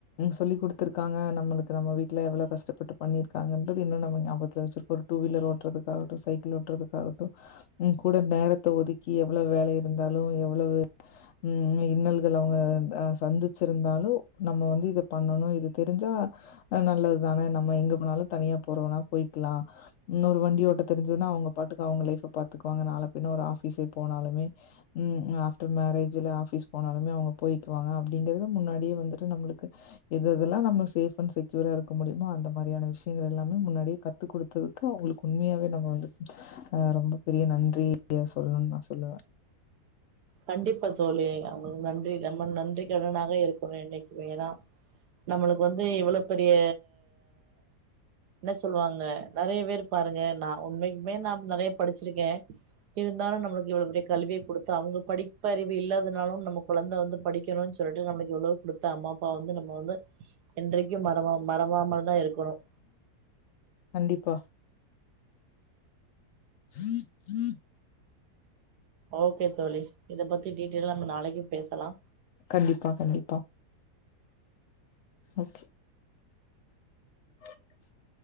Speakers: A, on the left; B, on the right.
A: சொல்லி கொடுத்து இருக்காங்க நம்மளுக்கு நம்ம வீட்டுல எவ்வளவு கஷ்டப்பட்டு பண்ணிருக்க அங்க இருக்கது இன்னும் நம்ம ஞாபத்து வச்சிருக்கோ ஒரு டூ வீலர் ஓட்டறதுக்காகட்டும் சைக்கிள் ஓட்டறதுக்காட்டும் உன் கூட நேரத்த ஒதுக்கி எவ்ளோ வேலை இருந்தாலும் எவ்வளவு ம் இன்னல்கள் அவுங்க அ சந்திச்சிருந்தாலும் நம்ம வந்து இத பண்ணணும் இது தெரிஞ்சா நல்லது தானே நம்ம எங்க போனாலும் தனியா போறதுனா போயிக்கலா இன்னொரு வண்டி ஓட்ட தெரிஞ்சதுன்னா அவங்க பாட்டுக்கு அவங்க லைஃப் பாத்துக்குவாங்க நால பிண்ண ஒரு ஆபிஸே போனாலுமே ம் ஆஃப்டர் மேரஜ்ல ஆபீஸ் போனாலுமே அவுங்க போயிக்குவாங்க அப்டின்னு அப்படிங்கறத முன்னாடியே வந்துட்டு நம்மளுக்கு எது இதெல்லா நம்ம சேஃப் அண்ட் செக்யூரா இருக்க முடியுமோ அந்த மாதிரியான விஷயங்கள் எல்லாமே முன்னாடியே கத் த்து குடுத்ததுக்கு அவங்களுக்கு உண்மையாவே நம்ம வந்து ரொம்ப பெரிய நன்றி ஏ சொல்லுனு நா சொல்லுவ
B: கண்டிப்பா தோழி அவங்களுக்கு நன்றி நம்ம நன்றி கடனாக இருக்கணும் என்னைக்குமே ஏனா நம்மளுக்கு வந்து இவ்வளவு பெரிய என்ன சொல்லுவாங்க நிறைய பேரு பாருங்க நா உண்மைக்குமே நா நிறைய படிச்சிருக்கே இருந்தாலும் நம்மளுக்கு இவ்ளோ பெரிய கல்வியை குடுத்து அவங்களு படிப்பறிவு இல்லாதனாலும் நம்ம கொழந்தை வந்து படிக்கணும்ன்னு சொல்லிட்டு நம்மளுக்கு எவ்ளோ குடுத்த அம்மா அப்பா வந்து நம்ம வந்து என்றைக்கும் மரவா மரவாமல் தான் இருக்கனும்
A: கண்டிப்பா <inaudible>
B: ஓகே தோழி இத பத்தி டீட்டெயல் நம்ம நாளைக்கு பேசலா
A: கண்டிப்பா கண்டிப்பா ம் ஆஹ <inaudible>